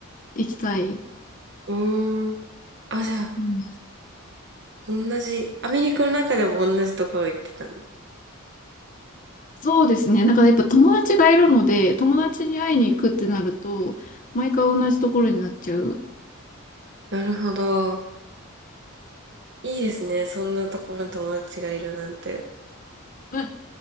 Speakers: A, on the left; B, on the right.
A: 行きたい。
B: うーんあ、じゃあ、
A: うん。
B: 同じ、アメリカの中でも同じところ行ってたんです。
A: そうですね。なんかやっぱ友達がいるので、友達に会いに行くってなると、毎回同じところになっちゃう。
B: なるほど。いいですね。そんなところに友達がいるなんて。
A: うん。